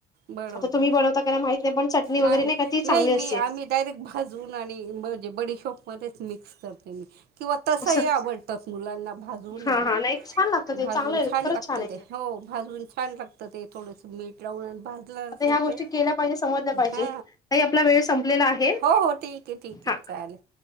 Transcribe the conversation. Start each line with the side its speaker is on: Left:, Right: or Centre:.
Right: बरवतो
Left: आता तुम्ही बनवता का नाही माहित नाही पण चटणी वगैरे
Right: नाही
Left: का ती चांगली
Right: नाही मी
Left: असते
Right: आम्ही डायरेक्ट भाजून आणि म्हणजे बडी शॉप मध्ये मिक्स करते मी किंवा तसही
Left: असं
Right: आवडतात मुलांना भाजवून
Left: हा
Right: ये ना
Left: हा नाही छान लागतं ते
Right: भाजून
Left: चांगलं आहे
Right: छान
Left: खरंच
Right: लागत
Left: आहे
Right: ते हो भाजून छान लागतं ते थोडस मीठ जव
Left: आता ह्या
Right: जेपे
Left: गोष्टी केल्या पाहिजे समजल्या पाहिजे
Right: ह
Left: ताई आपला वेळ संपलेला आहे
Right: हो हो ठीक आहे ठीक आहे
Left: हा
Right: चालेल.